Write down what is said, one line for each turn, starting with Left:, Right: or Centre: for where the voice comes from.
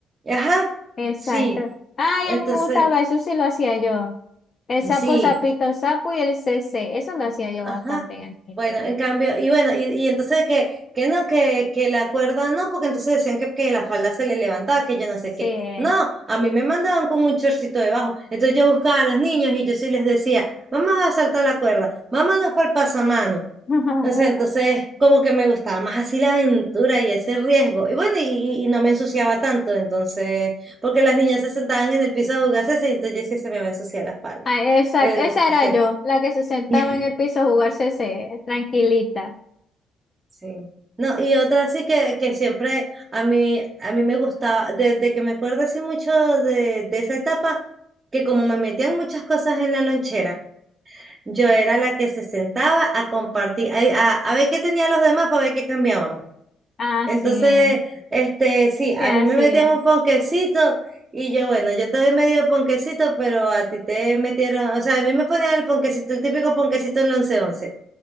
Right: Ajá,
Left: exacto.
Right: sí.
Left: Ay,
Right: Entonces,
Left: a mí me gustaba, eso sí lo hacía yo. El sapo,
Right: sí.
Left: sapito, sapo y el CC. Eso lo hacía yo
Right: Ajá.
Left: bastante en el kinder.
Right: Bueno, en cambio, y bueno, y, y entonces que, que no, que, que la cuerda no, porque entonces decían que, que la falda se le levantaba, que yo
Left: Sí.
Right: no sé qué. No, a mí me mandaban con un chorcito debajo. Entonces yo buscaba a los niños y yo sí les decía, vamos a saltar la cuerda, vámonos para el pasamano.
Left: <laughs>
Right: O sea, entonces como que me gustaba más así la aventura y ese riesgo. Y bueno, y, y- y no me ensuciaba tanto, entonces, porque las niñas se sentaban en el piso a jugarse, y entonces yo sí se me va a ensuciar la espalda.
Left: Ay, exacto,
Right: Entonces,
Left: esa era yo, la que se sentaba
Right: <laughs>
Left: en el piso a jugar CC, tranquilita.
Right: Sí. No, y otra sí que, que siempre a mí, a mí me gustaba, desde que me acuerdo así mucho de, de esa etapa, que como me metían muchas cosas en la lonchera, yo era la que se sentaba a compartir, a, a- a ver qué tenían los demás para ver qué cambiábamos.
Left: Ah,
Right: Entonces,
Left: sí,
Right: este, sí,
Left: sí,
Right: a
Left: así
Right: mí me metían
Left: es.
Right: un ponquecito y yo, bueno, yo te doy medio ponquecito, pero a ti te metieron, o sea, a mí me ponían el ponquecito, el típico ponquecito en el once